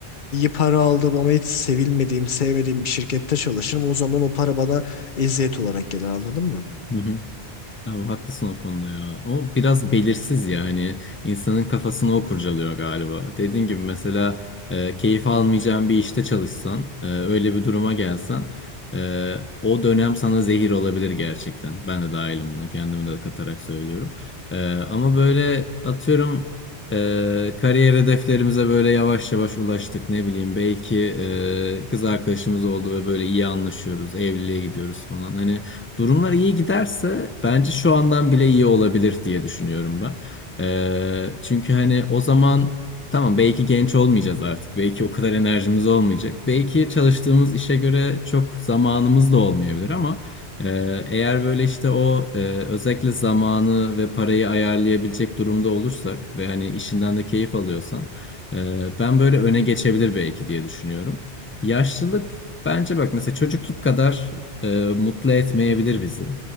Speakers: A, on the left (about 50°); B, on the left (about 20°).
A: iyi para aldım ama hiç sevilmediğim, sevmediğim bir şirkette çalışırım. O zaman o para bana eziyet olarak gelir anladın mı?
B: Hı hı. Ya haklısın o konuda ya. O biraz belirsiz ya hani insanın kafasını o kurcalıyor galiba. Dediğin gibi mesela e, keyif almayacağın bir işte çalışsan, e, öyle bir duruma gelsen e, o dönem sana zehir olabilir gerçekten. Ben de dahilim bunu kendimi de katarak söylüyorum. E, ama böyle atıyorum e, kariyer hedeflerimize böyle yavaş yavaş ulaştık ne bileyim belki e, kız arkadaşımız oldu ve böyle iyi anlaşıyoruz, evliliğe gidiyoruz falan. Hani Durumlar iyi giderse bence şu andan bile iyi olabilir diye düşünüyorum ben. Ee, çünkü hani o zaman tamam belki genç olmayacağız artık. Belki o kadar enerjimiz olmayacak. Belki çalıştığımız işe göre çok zamanımız da olmayabilir ama e, eğer böyle işte o e, özellikle zamanı ve parayı ayarlayabilecek durumda olursak ve hani işinden de keyif alıyorsan e, ben böyle öne geçebilir belki diye düşünüyorum. Yaşlılık bence bak mesela çocukluk kadar e, mutlu etmeyebilir bizi.